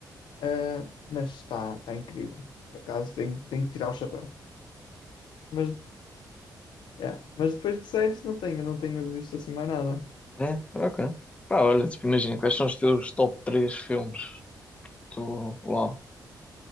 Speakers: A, on the left (about 85°); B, on the left (about 15°).
A: Ah, mas está, está incrível. Por acaso tenho, tenho que tirar o chapéu. Mas, é, mas depois de séries não tenho, não tenho visto assim mais nada.
B: É, ok. Pá, olha, tipo, imagina, quais são os teus top 3 filmes? Tu, uau.